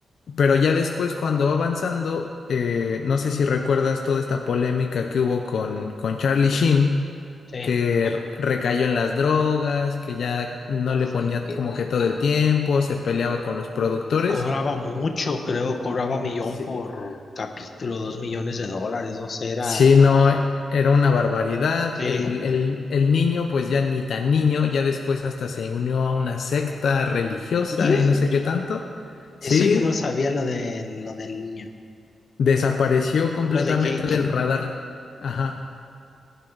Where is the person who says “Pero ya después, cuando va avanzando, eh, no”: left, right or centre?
Left